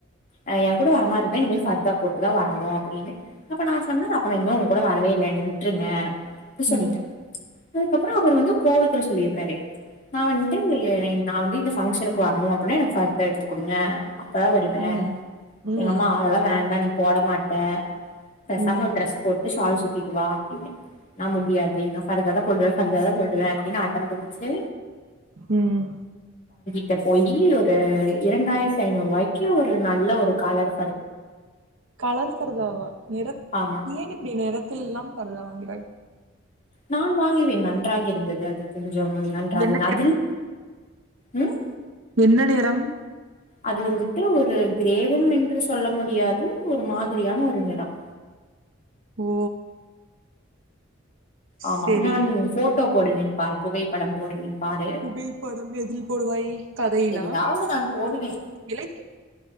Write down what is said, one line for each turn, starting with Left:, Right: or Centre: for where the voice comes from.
Left: அ எ கூட வரமார <unintelligible> இனிமே ஃப்ர்த்தா போட்டுதா வரணு அப்டின்னு அப்ப நா சொன்ன அப்ப நா இனிமேல் உங்க கூட வரவே இல்லை என்ன விட்டுருங்க அப்டி சொல்லிட்டே
Right: ம்
Left: அதுக்கப்புற அவரு வந்து கோவத்துல சொல்லியிருக்காரு நா வந்ட்டு நா வந்து இந்த ஃபங்க்ஷனுக்கு வரணு அப்டின்னா எனக்கு ஃப்ர்தா எடுத்துக் குடுங்க அப்பதா வருவே
Right: ம் ம்
Left: எங்கம்மா அதெல்லா வேண்டா நீ போட மாட்ட பேசாம
Right: ம்
Left: ட்ரெஸ் போட்டு ஷால்ஸ் சுத்திட்டு வா அப்டின்னு நா முடியாது நா ஃப்ர்தாத தா போடுவே ஃப்ர்தாத தா போடுவே அப்டின்னு அடம் புடிச்சு
Right: ம்
Left: ட்ட போயி ஒரு இரண்டாயிரத்தி ஐநூறு ரூவாய்க்கு ஒரு நல்ல ஒரு கலர்
Right: கலர் ஃப்ர்தாவா நிற
Left: ஆமா
Right: ஏன் இப்டி நிறத்திலெல்லாம் ஃப்ர்தா வாங்கிர
Left: நானும் வாங்குவேன் நன்றாக இருந்தது அது கொஞ்சம் நன்றாக
Right: என்ன
Left: அதில் ம்
Right: என்ன நிறம்
Left: அது வந்துட்டு ஒரு கிரேவும் என்று சொல்ல முடியாது ஒரு மாதிரியான ஒரு நிறம்
Right: ஓ
Left: ஆமாம்
Right: செரி
Left: நான் ஃபோட்டோ போடுவேன் பார் புகைப்படம் போடுவேன் பாரு
Right: புகைப்படம் எதில் போடுவாய் கதையிலா
Left: எதுலாவது நான் போடுவேன்
Right: இலை